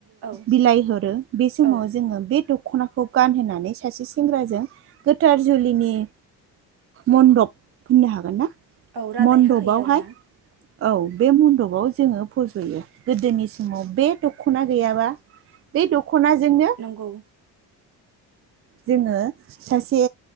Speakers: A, on the right; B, on the right.
A: औ
B: बिलाइहरो बे समाव
A: औ
B: जोंङो बे द'खनाखौ खौ गानहोनानै सासे सेंग्राजों गोथार जुलिनि मन्दप होननो हागोन ना?
A: औ रादाय
B: मणन्दपावहाय
A: हाहोयो आरोना
B: औ बे म्न्दप खौ जोङो फज'यो गोदोनि समाव बे द'ख दखना गैयाबा बे दख। खनाजोंनो।
A: नंगौ
B: जोङो सासे